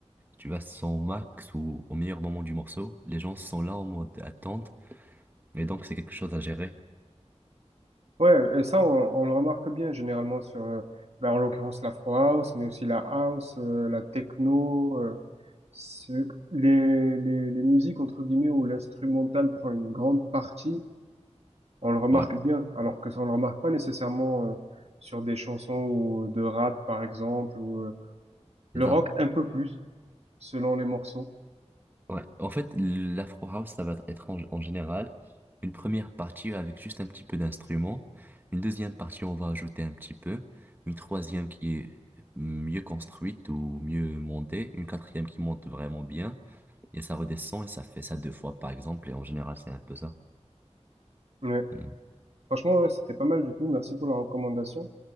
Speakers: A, on the right; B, on the right.
A: tu vois, son max ou au meilleur moment du morceau, les gens sont là en mode attente. Et donc, c'est quelque chose à gérer.
B: Ouais, et ça, on, on le remarque bien généralement sur, euh, ben, en l'occurrence, l'afro house, mais aussi la house, euh, la techno, euh, ce- les, les, les musiques, entre guillemets, où l'instrumental prend une grande partie On le remarque
A: Ouais,
B: bien, alors que ça, on le remarque pas nécessairement euh, sur des chansons ou de rap, par exemple, ou euh, le
A: c'est ça.
B: rock un peu plus, selon les morceaux.
A: Ouais. En fait, l'Afro House, ça va être en, en général une première partie avec juste un petit peu d'instruments. Une deuxième partie, on va ajouter un petit peu. Une troisième qui est mieux construite ou mieux montée. Une quatrième qui monte vraiment bien. Et ça redescend et ça fait ça deux fois, par exemple. Et en général, c'est un peu ça.
B: Ouais.
A: Hmm.
B: Franchement, ouais, c'était pas mal du tout. Merci pour la recommandation.